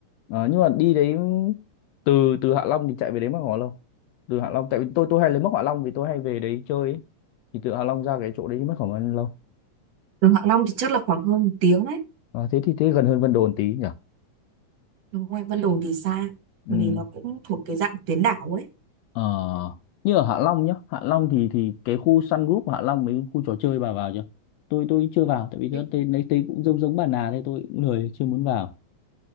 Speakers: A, on the left (about 85°); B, on the right (about 60°).
A: Ờ, nhưng mà đi đấy từ từ Hạ Long thì chạy về đấy mất khoảng bao lâu? Từ Hạ Long tại vì tôi tôi hay lấy mất Hạ Long vì tôi hay về đấy chơi ấy. Thì từ Hạ Long ra cái chỗ đấy mất khoảng bao lâu?
B: Từ Hạ Long thì chắc là khoảng hơn một tiếng đấy.
A: Ờ, thế thì thế gần hơn Vân Đồn tí nhỉ?
B: Đúng rồi, Vân Đồn thì xa,
A: Ừ.
B: bởi vì nó cũng thuộc cái dạng tuyến đảo
A: Ờ, như ở Hạ Long nhá, Hạ Long thì thì cái khu Sun Group Hạ Long mấy khu trò chơi bà vào chưa? Tôi tôi chưa vào tại vì nó
B: ấy.
A: tên lấy tên cũng giống giống bà Nà thế tôi cũng lười chưa muốn vào.